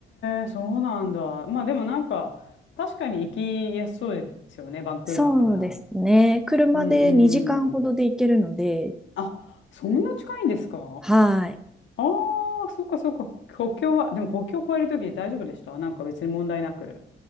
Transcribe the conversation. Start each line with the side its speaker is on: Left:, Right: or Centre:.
Left: え、そうなんだ。まあでもなんか、確かに行きやすそうですよね。バンクーバーから。
Centre: そうですね。車で2時間ほどで行けるので、
Left: うんうん。あ、そんな近いんですか
Centre: はい。
Left: ああ、そっかそっか、こ国境は、でも国境を越えるとき大丈夫でしたなんか別に問題なく。